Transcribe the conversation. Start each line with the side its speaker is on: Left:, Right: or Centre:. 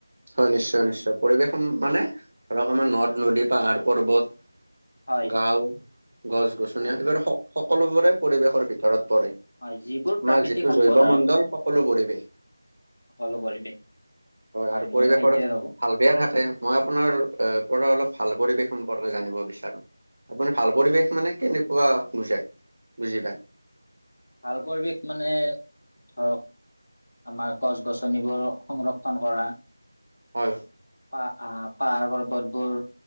Right: হয় নিশ্চয় নিশ্চয়, পৰিৱেশ মানে ধৰক আমাৰ নদ- নদী, পাহাৰ-পৰ্বত
Left: হয়
Right: গাঁও, গছ-গছনি
Left: হয়
Right: এইবোৰ সকলোবোৰে পৰিৱেশৰ ভিতৰত পৰে। তোমাৰ
Left: হয় যিবোৰ প্ৰাকৃতিক
Right: যিটো
Left: সম্পদ
Right: জৈৱ
Left: আৰু
Right: মণ্ডল সকলো পৰিৱেশ।
Left: সকলো পৰিৱেশ, হয়
Right: আৰু পৰিৱেশৰ
Left: ময়ো সেইটোৱে ভাবোঁ।
Right: ভাল বেয়া থাকে মই আপোনাৰ পৰা অলপ ভাল পৰিৱেশ সম্পৰ্কে জানিব বিচাৰোঁ। আপুনি ভাল পৰিৱেশ মানে কেনেকুৱা বুজায় বুজি পায়?
Left: ভাল পৰিৱেশ মানে ধৰক আমাৰ গছ-গছনিবোৰ সংৰক্ষণ কৰা।
Right: হয়।
Left: পা পাহাৰ পৰ্বতবোৰ